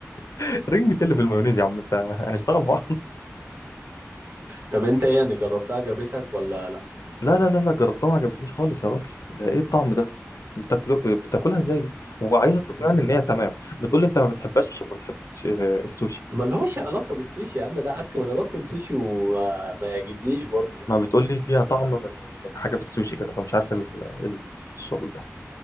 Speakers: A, on the left; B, on the right.
A: <laughs> رنجة إيه اللي بالمايونيز يا عم انت هنشتغل مع
B: طب أنت إيه يعني جربتها عجبتك ولا لأ
A: لا لا لا لا جربتها ما عجبتنيش خالص يا راجل ده ايه الطعم ده بتاكله ب- بتاكلها ازاي دي وعايزه تقنعني
B: <laughs>
A: ان هي تمام بتقول لي انت ما بتحبهاش عشان ما بتحبش آه، السوشي
B: ما لهوش علاقة بالسوشي يا عم ده عك ما أنا باكل سوشي وما ما يعجبنيش برضو ده
A: ما بتقول لي فيها طعم من من حاجه في السوشي كده فمش عارف ال- ال- الشغل ده